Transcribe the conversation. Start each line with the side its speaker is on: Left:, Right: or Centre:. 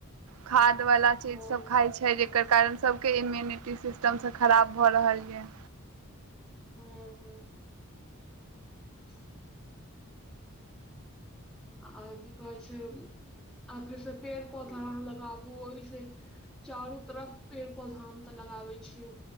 Right: खाद वाला चीज
Centre: हँ
Right: सब खाय छै। छय जेकर कारण सबके इम्यूनिटी सिस्टमसँ खराब भऽ रहल यऽ
Centre: हँ -हँ ह आ की कहै छै आ फेर से पेड़ पौधा अहाँ लगाबू ओहिसँ चारू तरफ पेड़ पौधा हम तऽ लगाबे छीयै।